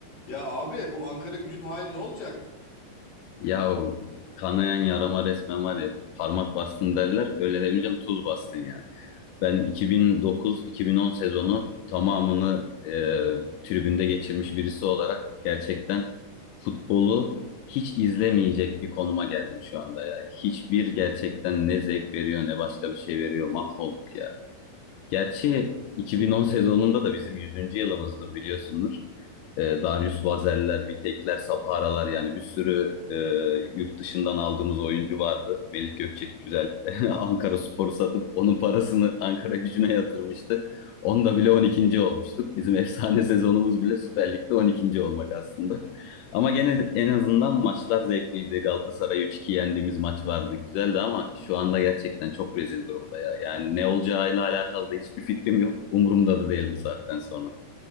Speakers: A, on the left; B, on the left.
A: Ya abi bu Ankara gücün hali ne olacak?
B: Ya o kanayan yarama resmen var ya parmak bastın derler öyle demeyeceğim tuz bastın ya. Ben 2009-2010 sezonu tamamını e, tribünde geçirmiş birisi olarak gerçekten futbolu hiç izlemeyecek bir konuma geldim şu anda ya. Hiçbir gerçekten ne zevk veriyor ne başka bir şey veriyor mahvolduk ya. Gerçi 2010 sezonunda da bizim yüzüncü yılımızdı biliyorsundur. Ee, Darius Vazel'ler, Vitek'ler, Sapara'lar yani bir sürü e, yurt dışından aldığımız oyuncu vardı. Melih Gökçek güzel <laughs> Ankara Spor'u satıp onun parasını Ankara Gücü'ne yatırmıştı. Onda bile on ikinci olmuştuk. Bizim efsane sezonumuz bile Süper Lig'de on ikinci olmak aslında. Ama gene en azından maçlar zevkliydi. Galatasaray 3-2 yendiğimiz maç vardı. Güzeldi ama şu anda gerçekten çok rezil durumda ya. Yani ne olacağıyla alakalı da hiçbir fikrim yok. Umurumda da değil bu saatten sonra.